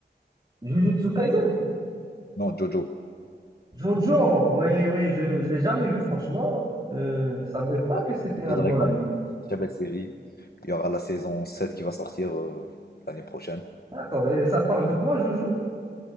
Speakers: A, on the right (about 25°); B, on the left (about 55°).
A: Jujutsu Kaisen.
B: Non, Jojo.
A: Jojo, oui, oui, je ne l'ai jamais vu, franchement. Euh, je ne savais pas
B: Pardon.
A: que c'était
B: Je
A: un
B: te
A: bon
B: le recommande.
A: anime.
B: C'est une Très belle série. Il y aura la saison 7 qui va sortir euh, l'année prochaine.
A: D'accord, et ça parle de quoi, Jojo?